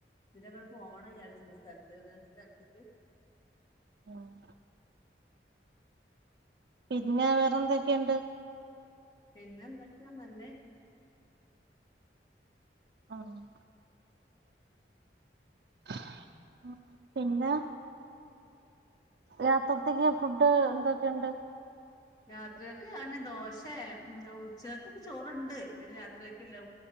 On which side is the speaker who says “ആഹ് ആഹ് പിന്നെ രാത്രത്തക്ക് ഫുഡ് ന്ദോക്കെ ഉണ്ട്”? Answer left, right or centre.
Right